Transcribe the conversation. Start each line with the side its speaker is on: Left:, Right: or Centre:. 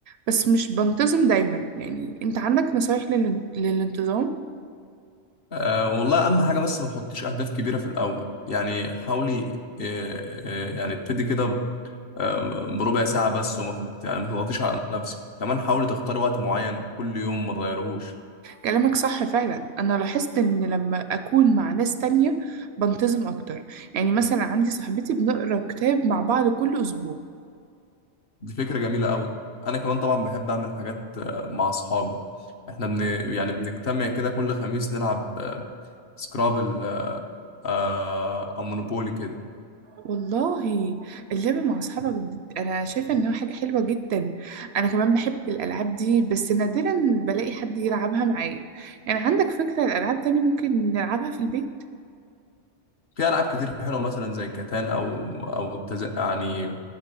Right: بس مش بنتظم دايما يعني أنت عندك نصايح لل... للانتظام؟
Left: أه والله أهم حاجة بس ما تحطيش أهداف كبيرة في الأول يعني حاولي أه أه يعني ابتدي كده ب- آه، بربع ساعة بس وما تض- يعني ما تضغطيش على نفسك كمان حاولي تختاري وقت معين كل يوم ما تغيرهوش
Right: كلامك صح فعلا أنا لاحظت إن لما أكون مع ناس تانية بنتظم أكتر يعني مثلا عندي صاحبتي بنقرأ كتاب مع بعض كل أسبوع
Left: دي فكرة جميلة أوي أنا كمان طبعا بحب أعمل حاجات آه، مع أصحابي إحنا بن يعني بنجتمع كده كل خميس نلعب آه، سكرابل آه، أو مونوبولي كده
Right: والله اللعب مع أصحابك د- أنا شايفة إنها حاجة حلوة جدا أنا كمان بحب الألعاب دي بس نادرا بلاقي حد يلعبها معايا يعني عندك فكرة الألعاب تانية ممكن نلعبها في البيت؟
Left: في ألعاب كتير حلوة مثلا زي كاتان أو أو التز... يعني